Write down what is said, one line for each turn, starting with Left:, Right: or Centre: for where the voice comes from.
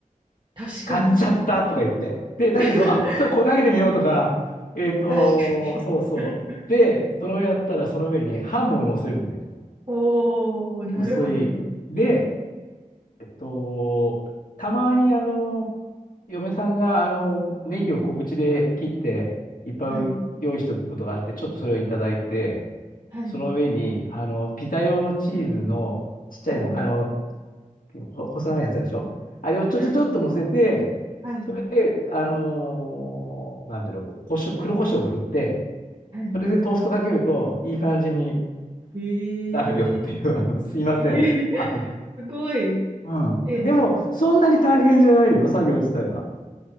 Right: 確かに。
Left: 買っちゃったとか言って。で、だけど、
Right: <laughs>
Left: あ、ちょっとこれかけてみようとか、えっと、
Right: 確か
Left: そうそう。
Right: に。
Left: で、それをやったらその上にハムを乗せるのね。
Right: おー、なるほど。
Left: 薄い。で、えっと、たまにあの、嫁さんがあの、ネギを小口で切っていっぱい用意しておくことがあって、
Right: はい、
Left: ちょっとそれをいただいて、
Right: はい、
Left: その上に、あの、ピザ用のチーズのちっちゃいの、
Right: はい、
Left: あの、ほ細長いやつでしょあれをちょちょちょっと乗せて、
Right: はい、はい、
Left: それで、あのーなんていうの、こしょ黒胡椒を振って、
Right: はい。
Left: それでトーストかけるといい感じに
Right: えー、
Left: なるよっていう、
Right: <laughs>
Left: あの、すいません。
Right: えー、
Left: あ
Right: すごい。
Left: うん。
Right: え、
Left: でも、そんなに大変じゃないよ、作業自体は。